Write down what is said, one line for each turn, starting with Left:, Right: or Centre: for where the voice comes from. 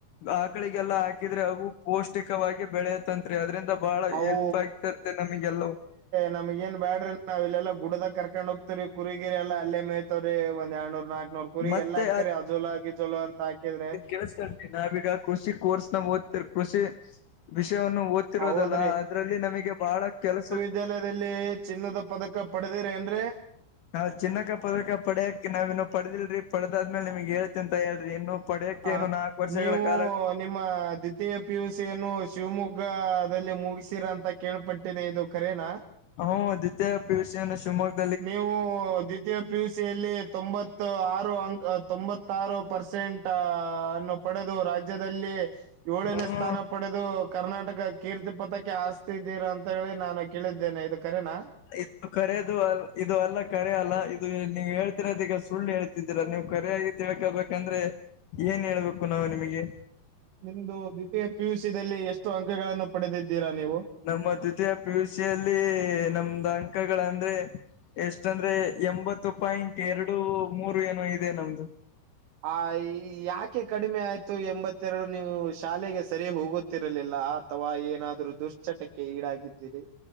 Left: ಆಕಳಿಗೆಲ್ಲಾ ಹಾಕಿದ್ರೆ ಅವು ಪೌಷ್ಟಿಕವಾಗಿ ಬೆಳೆಯತಂತ ಅದ್ರಿಂದ ಬಹಳ
Right: ಅವು
Left: ಹೆಲ್ಪ್ ಆಗುತ್ತಿದ್ದಂತ ನಮಗೆಲ್ಲವು
Right: ನಮ ಗೆನ್ ಬ್ಯಾಡ್ರಿ ನಾವು ಇಲ್ಲ ಗುಡ್ಡದಾಗ ಕರ್ಕೊಂಡ್ ಹೋಗ್ತವರಿ ಕುರಿಗಿರಿ ಎಲ್ಲಾ ಅಲ್ಲೇ ಮೇಯತಾವ್ರೀ ಒಂದ್ರಡ್ನೂರ್ ನಾಕ್ ನಮ್ ಕುರಿಗೆ
Left: ಮತ್ತೆ
Right: ಎಲ್ಲಾ ಹಾಕ್ತಿರಿ ಅಜೋಲಾ ಗಿಜೋಲಾ ಅಂತ ಹಾಕಿದ್ರೆ
Left: ಕೆಳಸಕೋರಿ ನಾವೀಗ ಕೃಷಿ ಕೋರ್ಸ್ ನ ಓದ್ತಿರ ಕೃಷಿ ವಿಷಯ ಓದ್ತಿರೋದೆಲ್ಲಾ
Right: ಹೌದ್ರಿ
Left: ಅದ್ರಲ್ಲಿ ನಮಗೆ ಬಹಳ ಕೆಲಸ
Right: ವಿದ್ಯಾಲಯದಲ್ಲಿ ಚಿನ್ನದ ಪದಕ ಪಡೆದಿರ ಏನ್ರೀ
Left: ನಾವ್ ಚಿನ್ನಕ್ಕ ಪದಕ ಪಡ್ಯಾಕ ನಾವ್ ಇನ್ನು ಪಡದಿಲ್ರರಿ ಪಡದಾದ್ಮೇಲೆ ನಿಮ್ಗ್ ಹೇಳ್ತೀನಿ ತೋರೀ ಹೇಳ್ರಿ ಇನ್ನು ಪಡ್ಯೋಕ್ಕೆೇನು
Right: ಆ
Left: ನಾಲ್ಕು ವರ್ಷಗಳ
Right: ನೀವು
Left: ಕಾಲ
Right: ನಿಮ್ಮ ದ್ವಿತೀಯ ಪಿಯುಸಿಯನ್ನು ಶಿವಮೊಗ್ಗದಲ್ಲಿ ಮುಗಿಸಿರ ಅಂತ ಕೇಳ್ಪಟ್ಟ ಇದು ಕರೇನಾ
Left: ಹೂ ದ್ವಿತೀಯ ಪಿಯುಸಿಯನ್ನು ಶಿವಮೊಗ್ಗ
Right: ನೀವು ದ್ವಿತೀಯ ಪಿ ಯು ಸಿಯಲ್ಲಿ ತೊಂಬತ್ತು ಆರು ಅಂಕ್ ತೊಂಬತ್ತಾರು ಪರ್ಸೆಂಟ್ ಅನ್ನು ಪಡೆದು ರಾಜ್ಯ ರಾಜ್ಯದಲ್ಲಿ ಏಳನೇ
Left: ಹ್ಮ
Right: ಸ್ಥಾನ ಪಡೆದು ಕರ್ನಾಟಕ ಕೀರ್ತಿ ಪತಾಕೆ ಹಾಸ್ತಿದ್ದೀರ ಅಂತ ಹೇಳಿ ನಾನು ಕೇಳಿದ್ದೇನೆ ಇದು ಕರೆನಾ
Left: ಇದು ಕರೆೋದು ಇದು ಅಲ್ಲ ಕರೆ ಅಲ್ಲ ಇದು ನೀವು ಹೇಳ್ತಿರೋದ ಈಗ ಸುಳ್ಳು ಹೇಳ್ತ ರಾ ನೀವು ಕರೆಯಾಗಿ ತಿಳ್ಕಬೇಕಂದ್ರೆ ಏನ್ ಹೇಳ್ಬೇಕು ನಾವು ನಿಮಗೆ
Right: ನಿಮ್ದ ದ್ವಿತೀಯ ಪಿ ಯು ಸಿ ದಲ್ಲಿ ಎಷ್ಟು ಅಂಕಗಳನ್ನು ಪಡೆದಿದ್ದೀರಾ ನೀವು.
Left: ನಮ್ಮ ಅ ದ್ವಿತೀಯ ಪಿಯುಸಿಯಲ್ಲಿ ನಮ್ದ ಅಂಕಗಳಂದ್ರೆ ಎಷ್ಟಂದ್ರೆ ಎಂಬತ್ತು ಪಾಯಿಂಟ್ ಎರಡು ಮೂರು ಏನೋ ಇದೆ ನಮ್ದು
Right: ಆ ಯಾಕೆ ಕಡಿಮೆ ಆಯ್ತು ಎಂಬತ್ತೆರಡು ನೀವು ಶಾಲೆಗೆ ಸರಿ ಹೋಗುತ್ತಿರಲಿಲ್ಲ. ಅಥವಾ ಏನಾದರು ದುಶ್ಚಟಕ್ಕೆ ಈಡಾಗಿದ್ದೀರಿ.